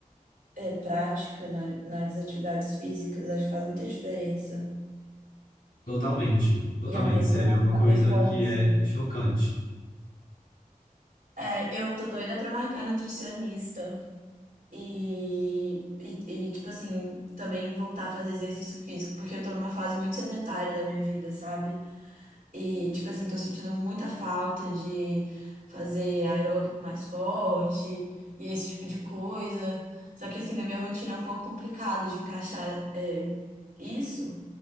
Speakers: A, on the right; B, on the left.
A: é, prática na- nas atividades físicas, acho que faz muita diferença
B: Totalmente, totalmente,
A: e aumentam
B: sério, é uma
A: a,
B: coisa
A: a performance.
B: que é chocante.
A: É, eu tô doida pra marcar nutricionista. E, e, e, tipo assim, também voltar a fazer exercício físico, porque eu tô numa fase muito sedentária da minha vida, sabe? E, tipo assim, tô sentindo muita falta de fazer aeróbico mais forte e esse tipo de coisa. Só que, assim, na minha rotina é um pouco complicado de encaixar, é, isso.